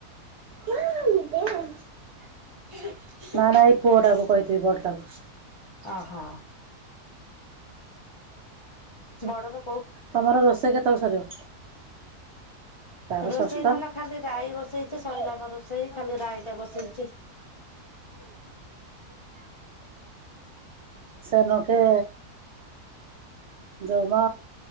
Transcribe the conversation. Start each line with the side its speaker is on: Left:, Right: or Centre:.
Right: <unintelligible>
Left: <unintelligible>
Right: ନା ନା ଏଇ ପୁଅଟା କୁ କହିଥିବି ବଡଟାକୁ।
Left: ଅହ। ବଡ଼ ର
Right: ତମର ରୋଷେଇ କେତବଳେ ସରିବ? ତାର
Left: ରୋଷେଇ
Right: ଷଷ୍ଠ
Left: ଧନ ଖାଲି ରାଇ ବସେଇଚି ଶଇଲା ବା ରୋଷେଇ, ଖାଲି ରାଇ ଟା ବସେଇଚି।
Right: ସେ ନୋକେ ଯଉମ,